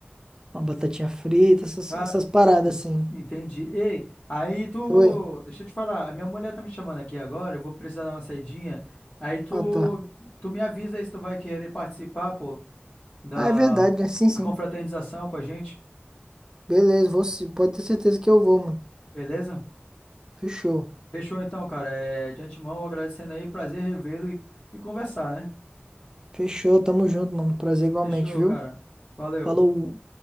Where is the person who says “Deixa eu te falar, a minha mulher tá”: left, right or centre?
Left